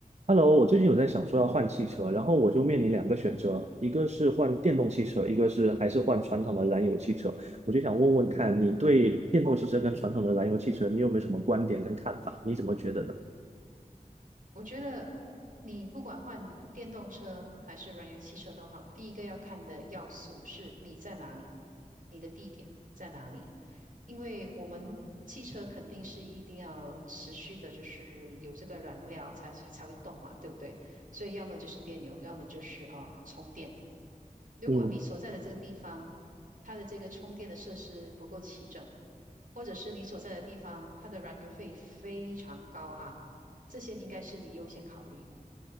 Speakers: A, on the right; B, on the right.
A: Hello，我最近有在想说要换汽车，然后我就面临两个选择，
B: 嗯哼，
A: 一个是换电动汽车，一个是还是换传统的燃油汽车。我就想问问看，你对电动汽车跟传统的燃油汽车，你有没有什么观点跟看法？你怎么觉得的？
B: 我觉得你不管换电动车还是燃油汽车都好，第一个要看的要素是你在哪里，你的地点在哪里。因为我们汽车肯定是一定要持续的，就是有这个燃料才才会动嘛，对不对？所以要么就是电油，要么就是啊、呃充电。如果你所在的这个地方，
A: 嗯
B: 它的这个充电的设施不够齐整，或者是你所在的地方，它的燃油费非常高昂，这些应该是你优先考虑的。